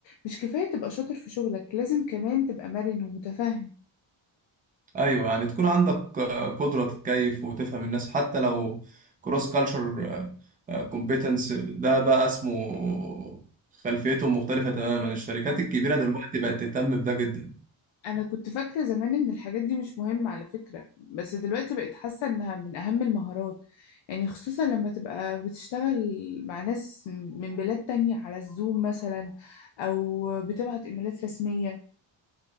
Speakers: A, on the left; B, on the right.
A: مش كفاية تبقى شاطر في شغلك لازم كمان تبقى مرن ومتفهم
B: ايوه يعني تكون عندك آه، قدره تتكيف وتفهم الناس حتى لو كروس كالتشر كومبيتنس ده بقى اسمه خلفيتهم مختلفه تماما الشركات
A: اه
B: الكبيره دلوقتي بقت تهتم بده جدا
A: أنا كنت فاكرة زمان إن الحاجات دي مش مهمة على فكرة بس دلوقتي بقيت حاسة إنها من أهم المهارات يعني خصوصا لما تبقى بتشتغل مع ناس من بلاد تانية على الزوم مثلا أو بتبعت إيميلات رسمية